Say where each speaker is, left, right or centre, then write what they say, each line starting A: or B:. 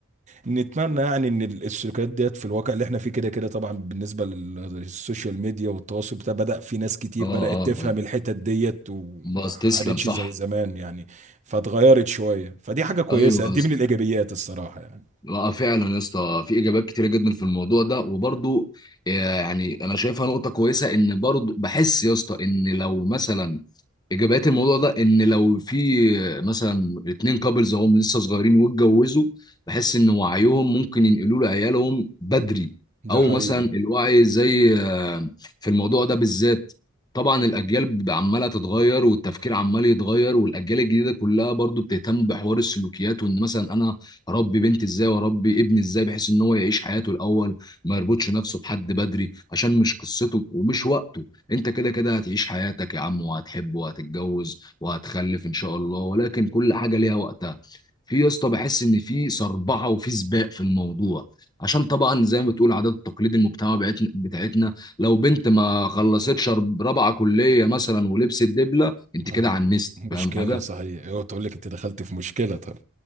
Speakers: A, on the right; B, on the left.
A: نتمنى يعني ان السلوكيات ديت في الواقع اللي احنا فيه كده كده طبعا بالنسبه لل- للسوشيال ميديا والتواصل بتاع بدا في ناس كتير
B: اه اه
A: بدات تفهم
B: اه
A: الحتت ديت وما
B: بس تسلم
A: عادتش
B: صح
A: زي زمان يعني فاتغيرت شويه فدي حاجه كويسه
B: ايوه
A: دي
B: يا اسطى
A: من الايجابيات الصراحه يعني
B: لا فعلا يا اسطى في اجابات كتيره جدا في الموضوع ده وبرضو آه، يعني انا شايفها نقطه كويسه ان برضو بحس يا اسطى ان لو مثلا ايجابيات الموضوع ده ان لو في مثلا اتنين كابلز هم لسه صغيرين واتجوزوا بحس ان وعيهم ممكن ينقلوه لعيالهم بدري
A: ده
B: او
A: حقيقي
B: مثلا الوعي زي آه، في الموضوع ده بالذات طبعا الاجيال ب- عماله تتغير والتفكير عمال يتغير والاجيال الجديده كلها برضو بتهتم بحوار السلوكيات وان مثلا انا اربي بنتي ازاي واربي ابني ازاي بحيث ان هو يعيش حياته الاول ما يربطش نفسه بحد بدري عشان مش قصته ومش وقته انت كده كده هتعيش حياتك يا عم وهتحب وهتتجوز وهتخلف ان شاء الله ولكن كل حاجه ليها وقتها في يا اسطى بحس ان في صربعه وفي سباق في الموضوع عشان طبعا زي ما بتقول عادات التقليد المجتمع بتاعتنا بتاعتنا لو بنت ما خلصتش رب- رابعه كليه مثلا ولبست دبله انت
A: هاي
B: كده عنست
A: مشكله
B: فاهم حاجه
A: صحيح هو تقول لك انت دخلت في مشكله طب